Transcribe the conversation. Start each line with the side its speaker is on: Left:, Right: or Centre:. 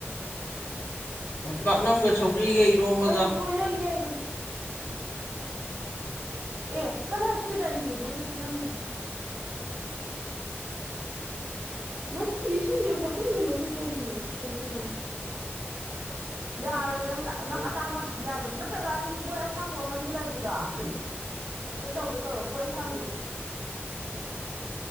Left: ꯄꯥꯛꯅꯝꯒ ꯁꯧꯒ꯭ꯔꯤꯒ ꯏꯔꯣꯝꯕꯒ
Right: ꯀꯩꯕꯨꯅꯣ ꯏꯅꯦ ꯌꯦꯡꯒꯦ ꯑꯦ ꯆꯂꯣ ꯁꯤꯗꯤ ꯗꯥꯏꯔꯤꯅꯦꯕꯣꯏ ꯅꯠꯇꯦ ꯅꯪ ꯅꯠꯇꯦ ꯁꯤꯁꯦ ꯍꯣꯠꯆꯤꯟꯒꯅꯨ ꯁꯤ ꯗꯥꯏꯔꯤꯅꯦ ꯁꯤ ꯀꯩꯅꯣ ꯀꯩꯅꯣ ꯌꯥꯔꯣꯏ ꯅꯪ ꯅꯪ ꯑꯇꯥꯡꯕꯇꯗꯤ ꯌꯥꯗꯕ ꯅꯠꯇ꯭ꯔꯒ ꯑꯁꯤꯒꯤ ꯕꯣꯏ ꯑꯁꯥꯡꯕ ꯑꯃꯒꯤ ꯑꯩꯒꯤ ꯂꯩꯕꯗꯣ ꯑꯗꯨ ꯇꯧꯒꯦ ꯇꯧ ꯕꯣꯏ ꯑꯁꯥꯡꯕ